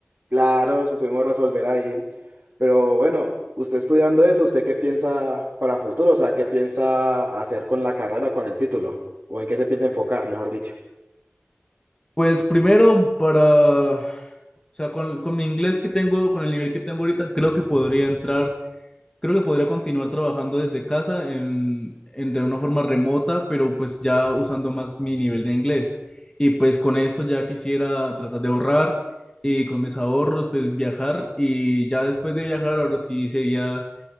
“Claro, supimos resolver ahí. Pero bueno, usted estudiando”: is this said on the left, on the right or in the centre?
Right